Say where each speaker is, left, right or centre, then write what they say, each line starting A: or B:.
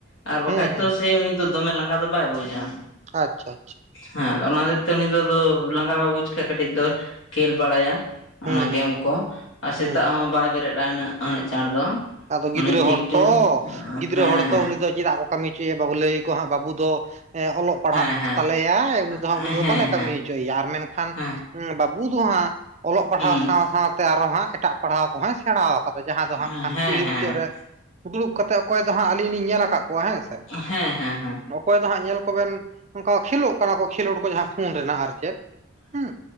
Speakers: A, on the left; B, on the right.
A: ᱟᱨ ᱵᱟᱠᱷᱟᱡ
B: ᱦᱩᱸ
A: ᱫᱚ
B: ᱦᱩᱸ
A: ᱥᱮ ᱩᱱᱤ ᱫᱚ ᱫᱚᱢᱮ ᱞᱟᱸᱜᱟ ᱫᱚ ᱵᱟᱭ ᱵᱩᱡᱟ᱾
B: ᱟᱪᱪᱷᱟ ᱟᱪᱪᱷᱟ᱾
A: ᱦᱮᱸ ᱟᱫᱚ ᱚᱱᱟ ᱦᱚᱛᱤᱨ ᱛᱮ ᱩᱱᱤᱤᱫ ᱞᱟᱸᱜᱟ ᱵᱟᱭ ᱵᱩᱡ ᱠᱷᱟᱡ ᱠᱟᱹᱴᱤᱡ ᱫᱚ ᱠᱷᱮᱞ ᱵᱟᱲᱟᱭᱟ,
B: ᱦᱩᱸ
A: ᱚᱱᱟ ᱜᱮᱢ
B: ᱦᱩᱸ
A: ᱠᱚ ᱟᱨ ᱥᱮᱛᱟᱜ
B: ᱦᱩᱸ
A: ᱦᱚᱸ ᱵᱟᱭ ᱵᱮᱨᱮᱫᱼᱟ ᱩᱱᱟᱹᱜ ᱩᱱᱟᱹᱜ ᱪᱟᱬ ᱫᱚ,
B: ᱟᱫᱚ ᱜᱤᱫᱽᱨᱟᱹ
A: ᱩᱱᱤ ᱴᱷᱤᱠ
B: ᱦᱚᱲ
A: ᱴᱟᱭᱤᱢ
B: ᱛᱚ ᱜᱤ ᱫᱽᱨᱟᱹ
A: ᱦᱮᱸ
B: ᱦᱚᱲ
A: ᱦᱮᱸ
B: ᱛᱚ ᱩᱱᱤ ᱫᱚ ᱪᱮᱫᱟᱜ ᱠᱚ ᱠᱟᱹᱢᱤ ᱦᱚᱪᱭᱟ ᱭᱟ ᱵᱟᱵᱚ ᱞᱟᱹᱭᱟᱭᱟ ᱠᱚ ᱦᱟᱸᱜ ᱵᱟᱹᱵᱩ ᱫᱚ ᱮᱸ ᱚᱞᱚᱜ ᱯᱟᱲᱦᱟᱜ
A: ᱦᱮᱸ ᱦᱮᱸ
B: ᱛᱟᱞᱮᱭᱟᱭ ᱩᱱᱤ ᱫᱚ
A: ᱦᱮᱸ
B: ᱦᱟᱸᱜ ᱩᱱᱟᱹᱜ
A: ᱦᱮᱸ
B: ᱫᱚ ᱵᱟᱞᱮ ᱠᱟᱹᱢᱤ ᱪᱚᱭ ᱭᱟ ᱟᱨ ᱢᱮᱱᱠᱷᱟᱱ
A: ᱦᱮᱸ
B: ᱵᱟᱹᱵᱩ ᱫᱚ ᱦᱟᱸᱜ ᱚᱞᱚᱜ ᱯᱟᱲᱦᱟᱣ
A: ᱦᱩᱸ
B: ᱥᱟᱶ ᱥᱟᱶᱛᱮ ᱟᱨᱦᱚ ᱦᱟᱸᱜ ᱮᱴᱟᱜ ᱯᱟᱲᱦᱟᱣ ᱠᱚᱦᱚᱸᱭ ᱥᱮᱬᱟ ᱟᱠᱟᱫᱟ ᱡᱟᱦᱟᱸᱭ ᱫᱚ ᱦᱟᱸᱜ
A: ᱦᱮᱸ
B: ᱠᱷᱟᱱ
A: ᱦᱮᱸ ᱦᱮᱸ
B: ᱠᱩᱞᱦᱤ ᱢᱩᱪᱟᱹᱫ ᱨᱮ ᱫᱩ ᱫᱩᱲᱩᱵ ᱠᱟ ᱠᱟᱛᱮᱫ ᱚᱠᱚᱭ ᱫᱚ ᱦᱟᱸᱜ ᱟᱹᱞᱤᱧ ᱞᱤᱧ ᱧᱮᱞ ᱟᱠᱟᱫ ᱠᱚᱣᱟ ᱦᱮᱸ ᱥᱮ
A: ᱦᱮᱸ ᱦᱮᱸ ᱦᱮᱸ ᱦᱮᱸ ᱦᱩᱸ
B: ᱚᱠᱚᱭ ᱫᱚ ᱦᱟᱸᱜ ᱧᱮᱞ ᱠᱚᱵᱮᱱ ᱚᱱᱠᱟ ᱠᱷᱮᱞᱳᱜ ᱠᱟᱱᱟ ᱠᱚ ᱠᱷᱮᱞᱳᱰ ᱠᱚ ᱡᱟᱦᱟᱸ ᱯᱷᱳᱱ ᱨᱮᱱᱟᱜ ᱟᱨ ᱪᱮᱫ, ᱦᱩᱸ